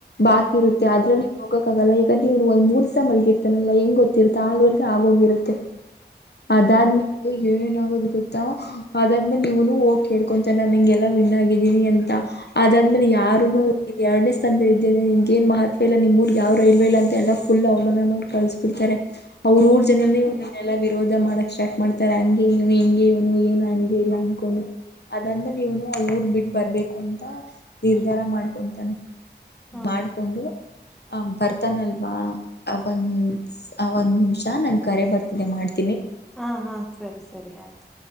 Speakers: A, on the left; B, in the centre.
A: ಬಾಕಿ ಇರುತ್ತೆ ಅದ್ರಲ್ಲಿ ಹೋಗಕ್ಕಾಗಲ್ಲ ಯಾಕಂದ್ರ ಇವನು ಒಂದ ಮೂರು ದಿಸ ಮಲಗಿರ್ತಾನಲ್ಲ ಹೆಂಗ ಗೊತ್ತಿರ್ತ ಆಳ್ ಆಗೋಗಿರುತ್ತೆ ಅದಾದ್ಮೇಲೆ ಏನ ಆಗೋದ್ ಗೊತ್ತಾ ಅದಾದ್ಮೇಲೆ ನೀವನು ಹೋಗಿ ಕೇಳ್ಕೊಂತಾರೆ ನಾನಂಗೆಲ್ಲಾ ವಿನ್ ಆಗಿದ್ದೀನಿ ಅಂತ ಅದಾದ್ಮೇಲೆ ಯಾರುನು ಇದು ಎರಡನೇ ಸ್ಥಾನದಲ್ಲಿ ಇದ್ಯಾ ನಿಮ್ಗೇನ್ ಮಹತ್ವ ಇಲ್ಲ ನಿಮ್ಮ ಊರ್ರಿಗೆ ಯಾವ್ ರೈಲ್ವೆ ಇಲ್ಲ ಅಂತ ಎಲ್ಲ ಫುಲ್ ಅವಮಾನ ಮಾಡಿ ಕಳ್ಸ್ಬಿಡ್ತಾರೆ ಅವ್ರ ಊರ್ ಜನೇ ಇಲ್ಲ ವಿರೋಧ ಮಾಡಕ್ ಸ್ಟಾರ್ಟ್ ಮಾಡ್ತಾರೆ ಹಂಗೆ ಹಗೆ ಇ ನೀ ಏನ ಹಂಗೆ ಇಲ್ಲ ಅನ್ಕೊಂಡು ಅದಾದ್ಮೇಲೆ ಇವನು ಆ ಊರ್ ಬಿಟ್ಟ ಬರ್ಬೇಕು ಅಂತ ನಿರ್ಧಾರ ಮಾಡ್ಕೊಂತಾನೆ
B: ಹಾ
A: ಮಾಡ್ಕೊಂಡು ಹ ಬರ್ತಾನಲ್ವಾ ಅವನ್ ಅವನ್ ನಿಮಿಷ ನಂಗೆ ಕರೆ ಬರ್ತಿದೆ ಮಾಡ್ತ
B: ಹಾ ಹಾ ಸರಿ ಸರಿ ಆಯ್ತು